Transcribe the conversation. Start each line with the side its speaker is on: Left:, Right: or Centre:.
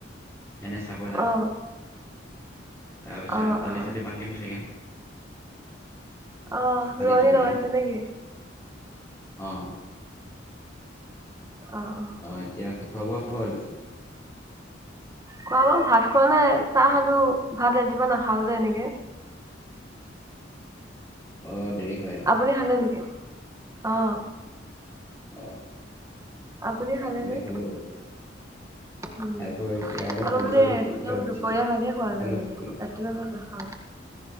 Left: এনে চাব যাম।
Right: অ
Left: তাৰপিছত
Right: অ
Left: আলি
Right: অ
Left: চালি বান্ধিম চাগে।
Right: অ,
Left: আলি
Right: ৰোৱনী
Left: তুলি
Right: লগাইছে
Left: দিম
Right: নেকি?
Left: অ'।
Right: অ, অ'।
Left: অ', এতিয়া খোৱা বোৱা হ'ল?
Right: খোৱা বোৱা ভাত খোৱা নাই ছাহ খালো ভাত ৰাতিপুৱা নাখাও যে এনেকে।
Left: অ', দেৰি হয়। মানে
Right: আপুনি খালা নেকি? অ'।
Left: অ
Right: আপুনি খালেনে?
Left: আমি খালো
Right: উম,
Left: খাই বৈ এতিয়া
Right: অলপ
Left: শুইছিলো
Right: মানে
Left: শুই
Right: একদম
Left: পেলাই উঠিছো
Right: দুপৰীয়া ফালে খোৱা
Left: খালো
Right: যায় মানে।
Left: খালো
Right: কিবাখন নাখাওঁ,